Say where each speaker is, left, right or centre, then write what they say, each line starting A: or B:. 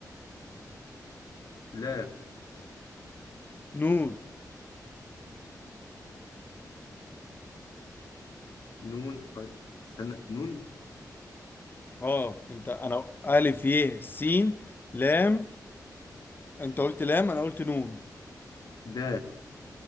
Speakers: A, on the left; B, on the left.
A: لا
B: نون
A: نون أي- استنى نون
B: آه أنت أنا ألف يه سين لام أنت قلت لام أنا قلت نون
A: دا